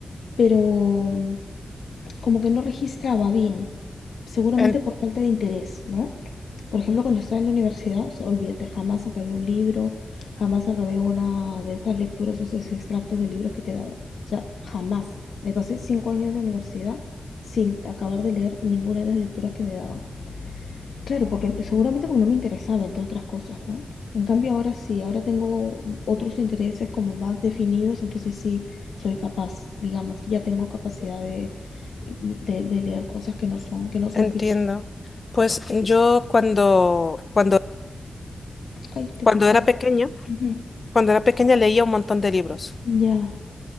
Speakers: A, on the left (about 85°); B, on the left (about 35°).
A: pero mm, como que no registraba bien. Seguramente
B: En-
A: por falta de interés, ¿no? Por ejemplo, cuando estaba en la universidad, o sea, olvídate, jamás acabé un libro, jamás acabé una de esas lecturas, esos extractos de libros que te daban. O sea, jamás. Me pasé cinco años en la universidad sin acabar de leer ninguna de las lecturas que me daban. Claro, porque seguramente porque no me interesaba, entre otras cosas, ¿no? En cambio ahora sí, ahora tengo otros intereses como más definidos, entonces sí soy capaz, digamos, ya tengo capacidad de, de, de leer cosas que no son, que no son
B: Entiendo.
A: ficción.
B: Pues yo cuando, cuando,
A: Ay, te
B: cuando
A: fue-
B: era
A: ay.
B: pequeña,
A: Ujú.
B: cuando era pequeña leía un montón de libros.
A: Ya.